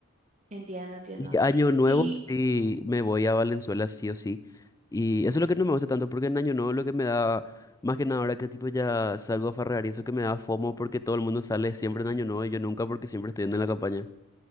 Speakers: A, on the right (about 35°); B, on the left (about 15°).
A: Entiendo, entiendo.
B: y Año Nuevo
A: Y,
B: sí me voy a Valenzuela sí o sí. Y eso es lo que no me gusta tanto, porque en Año Nuevo lo que me da, más que nada ahora que tipo ya salgo a farrear y eso que me da FOMO porque todo el mundo sale siempre en Año Nuevo y yo nunca porque siempre estoy yendo en la campaña.